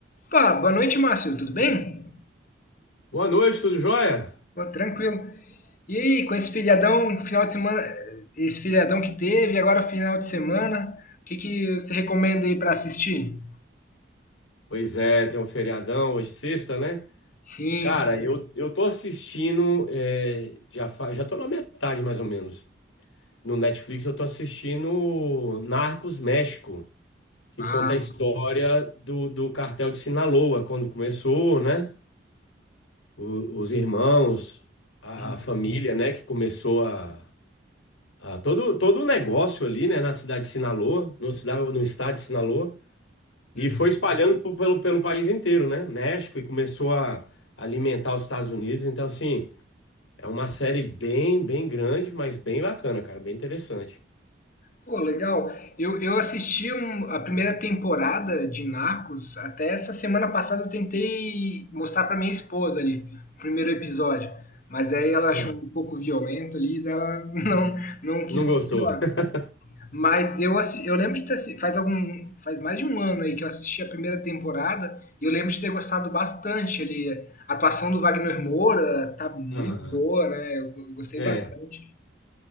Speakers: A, on the left; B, on the left.
A: Opa, boa noite, Márcio. Tudo bem?
B: Boa noite, tudo jóia?
A: Pô, tranquilo. E aí, com esse feriadão, final de semana, esse feriadão que teve, agora final de semana, o que que você recomenda aí para assistir?
B: Pois é, tem um feriadão hoje, sexta, né?
A: Sim,
B: Cara,
A: sim.
B: eu, eu tô assistindo, é, já, fa- já tô na metade mais ou menos. No Netflix eu tô assistindo Narcos México, que
A: Ah,
B: conta a história do, do cartel de Sinaloa, quando começou, né? O- os irmãos, a,
A: hum,
B: a família, né, que começou a, a todo, todo o negócio ali, né, na cidade de Sinaloa, no, cida- no estado de Sinaloa. E
A: hum.
B: foi espalhando po- pelo, pelo país inteiro, né? México e começou a alimentar os Estados Unidos. Então, assim, é uma série bem, bem grande, mas bem bacana, cara, bem interessante.
A: Pô, legal. Eu, eu assisti um- a primeira temporada de Narcos. Até essa semana passada eu tentei mostrar pra minha esposa ali, o primeiro episódio. Mas aí ela
B: Ah,
A: achou um pouco violento ali, daí ela <laughs> não, não quis
B: não
A: continuar.
B: gostou? <laughs>
A: Mas eu, assi- eu lembro de ter assi- faz algum faz mais de um ano aí que eu assisti a primeira temporada e eu lembro de ter gostado bastante ali. A atuação do Wagner Moura tá muito
B: Aham.
A: boa, né? Eu, eu gostei
B: É.
A: bastante.